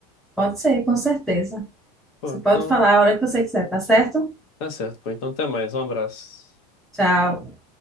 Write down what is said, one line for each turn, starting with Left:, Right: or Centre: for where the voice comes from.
Centre: Pode ser, com certeza.
Left: Pô,
Centre: Você
Left: então,
Centre: pode falar a hora que você quiser, tá certo?
Left: tá certo. Pô, então, até mais. Um abraço.
Centre: Tchau.